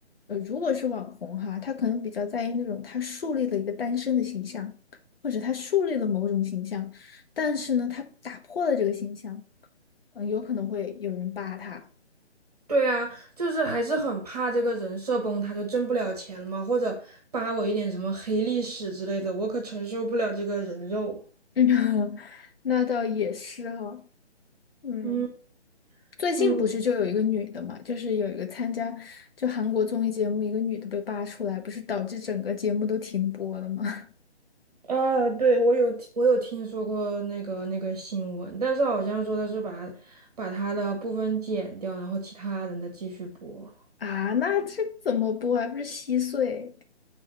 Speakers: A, on the left; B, on the right.
A: 呃，如果是网红哈，他可能比较在意那种他树立了一个单身的形象，或者他树立了某种形象，但是呢，他打破了这个形象，嗯、有可能会有人扒他。
B: 对啊，就是还是很怕这个人设崩塌，就挣不了钱了嘛，或者扒我一点什么黑历史之类的，我可承受不了这个人肉。
A: 嗯，<laughs> 那倒也是哈，嗯，
B: 嗯
A: 最近不是就有一个女的嘛，
B: 嗯
A: 就是有一个参加就韩国综艺节目，一个女的被扒出来，不是导致整个节目都停播了吗？<laughs>
B: 啊，对，我有听我有听说过那个那个新闻，但是好像说的是把把他的部分剪掉，然后其他人的继续播。
A: 啊，那这个怎么播啊还不是稀碎？